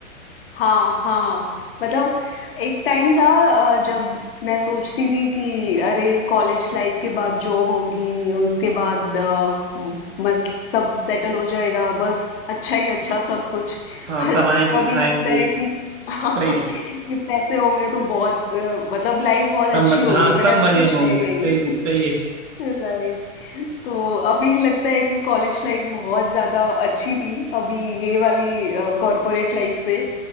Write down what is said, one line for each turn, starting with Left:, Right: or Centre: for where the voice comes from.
Left: हाँ, हाँ। मतलब एक टाइम था अ, जब मैं सोचती थी कि अरे कॉलेज लाइफ के बाद जॉब होगी, उसके बाद अ, म मस्त सब सेटल हो जाएगा, बस अच्छा ही अच्छा सब कुछ।
Right: हाँ
Left: पर
Right: कमाएंगे
Left: अभी
Right: खाएंगे
Left: लगता है कि <laughs> कि
Right: सही
Left: पैसे होंगे तो बहुत अ, मतलब लाइफ बहुत अच्छी
Right: सब मज
Left: होगी
Right: हाँ
Left: बट
Right: सब
Left: ऐसा
Right: मजे
Left: कुछ
Right: में होंगे
Left: है नहीं।
Right: सही है सही है
Left: राइट। तो अभी लगता है कि कॉलेज लाइफ बहुत ज़्यादा अच्छी थी, अभी ये वाली अ, कॉर्पोरेट लाइफ से।